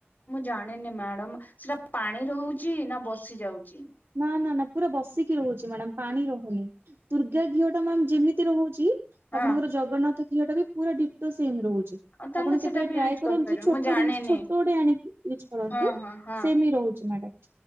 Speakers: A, on the left; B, on the right.
A: ମୁଁ ଜାଣିନି ମ୍ୟାଡାମ ସେଟା ପାଣି ରହୁଛି ନା ବସି ଯାଉଛି?
B: ନା ନା ନା ପୁରା ବସିକି ରହୁଛି ମ୍ୟାଡାମ ପାଣି ରହୁନି ଦୁର୍ଗା ଘିଅ ଟା ମ୍ୟାମ୍ ଯେମିତି ରହୁଛି
A: ହଁ
B: ଆପଣଙ୍କର ଜଗନ୍ନାଥ ଘିଅ ଟା ବି ପୁରା ଡିଟୋ ସେମ ରହୁଛି।
A: ଆଉ ତାହେଲେ
B: ଆପଣ
A: ସେଟା
B: କେବେ
A: ବି
B: ଟ୍ରାଏ
A: ୟୁଜ
B: କରନ୍ତୁ
A: କରିପାରିବେ
B: ଛୋଟ
A: ମୁଁ ଜାଣିନି
B: ଜିନିଷ ଛୋଟ ଗୋଟେ ଆଣିକି ୟୁଜ କରନ୍ତୁ
A: ହଁ ହଁ ହଁ
B: ସେମ୍ ହିଁ ରହୁଛି ମ୍ୟାଡ଼ାମ୍।